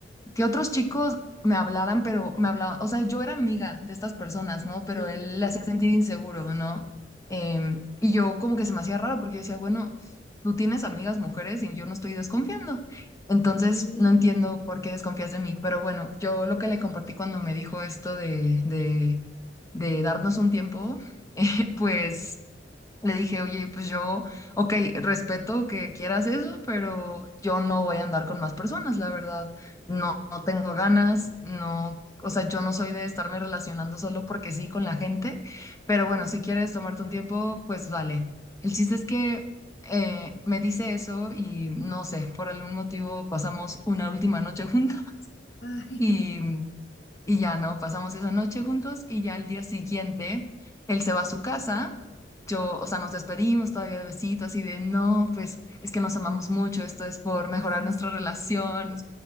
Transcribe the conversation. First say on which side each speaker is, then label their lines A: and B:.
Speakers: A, on the left; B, on the left.
A: que otros chicos me hablaran, pero me hablaban, o sea, yo era amiga de estas personas, ¿no? Pero
B: Sí,
A: él le hacía sentir inseguro, ¿no? Em, y yo como que se me hacía raro porque yo decía, bueno, tú tienes amigas mujeres y yo no estoy desconfiando. Entonces,
B: y
A: no entiendo por qué desconfías de mí, pero bueno, yo lo que le compartí cuando me dijo esto de, de, de darnos un tiempo, <laughs> eh, pues... Le dije, oye, pues yo, ok, respeto que quieras eso, pero yo no voy a andar con más personas, la verdad. No, no tengo ganas, no, o sea, yo no soy de estarme relacionando solo porque sí con la gente, pero
B: claro,
A: bueno, si quieres tomarte un tiempo, pues vale. El chiste es que eh, me dice eso y no sé, por algún motivo pasamos una última noche juntos
B: ay,
A: <laughs> y,
B: <laughs>
A: y ya no, pasamos esa noche juntos y ya al día siguiente él se va a su casa yo, o sea, nos despedimos todavía de besitos así de, no, pues es que nos amamos mucho, esto es por mejorar
B: sí,
A: nuestra
B: sí,
A: relación
B: sí.